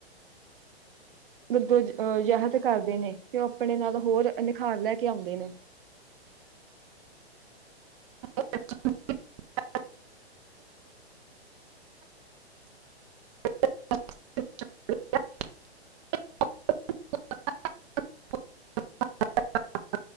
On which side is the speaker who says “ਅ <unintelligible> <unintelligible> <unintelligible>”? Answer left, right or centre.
Right